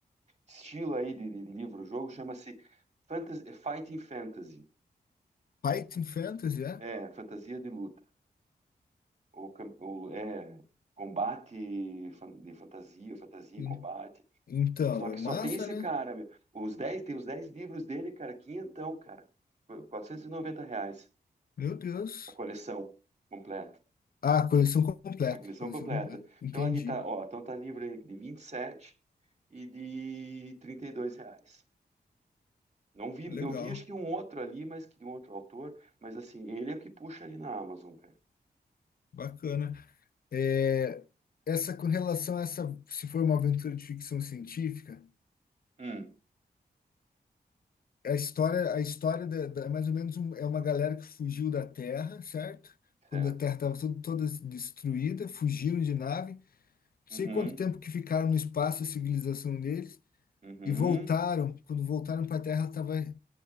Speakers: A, on the right; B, on the left.
A: estilo aí de, de livro-jogo chama-se fantas- Fighting Fantasy.
B: Python Fantasy, é?
A: É, fantasia de luta. Ou, cam- ou é combate fan- de fantasia, fantasia
B: En-
A: e combate.
B: Então,
A: Só que
B: é massa,
A: só tem esse
B: né?
A: cara, meu. Os 10 tem os 10 livros dele, cara, quinhentão, cara. Qu- 490 reais
B: Meu Deus.
A: a coleção completa.
B: Ah, coleção completa.
A: A coleção
B: Coleção
A: completa.
B: completa. Entendi.
A: Então ali tá, ó, então tá livro aí de vinte e sete e de 32 reais. Não vi,
B: Legal.
A: eu vi acho que um outro ali, mas que de um outro autor, mas assim, ele é o que puxa ali na Amazon, cara.
B: Bacana. É, essa com relação a essa, se for uma aventura de ficção científica,
A: Hum,
B: a história, a história da, da- é mais ou menos um- é uma galera que fugiu da Terra, certo? Quando
A: certo.
B: a Terra estava toda, toda destruída, fugiram de nave, não sei
A: Uhum,
B: quanto tempo que ficaram no espaço, a civilização deles,
A: uhum,
B: e voltaram. Quando voltaram para a Terra, estava re-